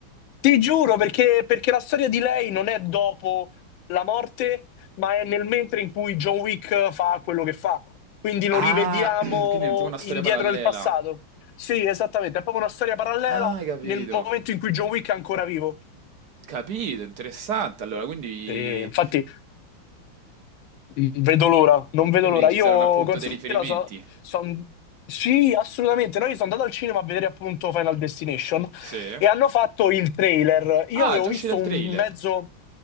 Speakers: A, on the left; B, on the right.
A: Ti giuro, perché, perché la storia di lei non è dopo la morte, ma è nel mentre in cui John Wick fa quello che fa. Quindi lo
B: Ah,
A: rivediamo
B: <clears throat> quindi è tipo una
A: indietro
B: storia parallela.
A: nel passato. Sì, esattamente, è proprio una storia parallela
B: Ah, hai capito.
A: nel momento in cui John Wick è ancora vivo.
B: Capito, interessante. Allora, quindi,
A: E infatti Vedo l'ora, non vedo
B: quindi
A: l'ora. Io
B: ci saranno appunto
A: considero,
B: dei riferimenti.
A: so- son- sì, assolutamente. Noi sono andato al cinema a vedere appunto Final Destination
B: Sì.
A: e hanno fatto il trailer. Io
B: Ah,
A: avevo
B: già
A: visto
B: uscito il
A: un
B: trailer.
A: mezzo,